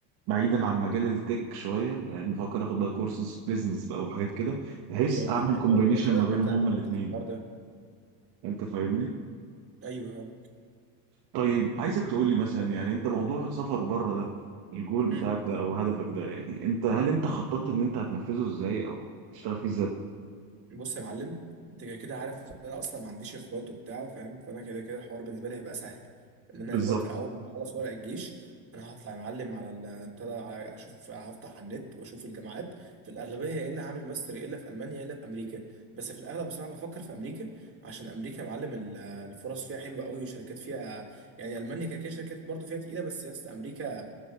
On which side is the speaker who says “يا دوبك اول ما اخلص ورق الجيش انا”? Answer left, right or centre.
Right